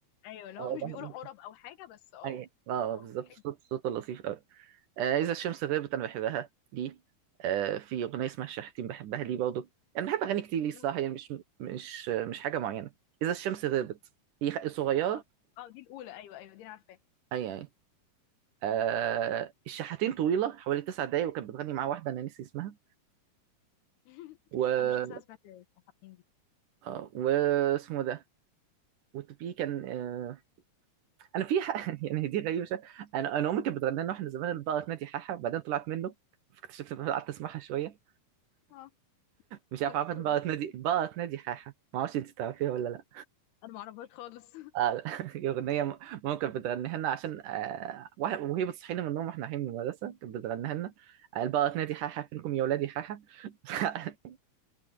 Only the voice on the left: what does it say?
ايوه لو
هو مش
بيقول عرب او حاجه بس اه
هو
حلو
اسمها
ايه
اه اه دي الاولى ايوه ايوه دي انا عارفاها
<laughs>
انا مش حاسه انا سمعت الحين دي
اه
اوكي
انا ما اعرفهاش خالص <laughs>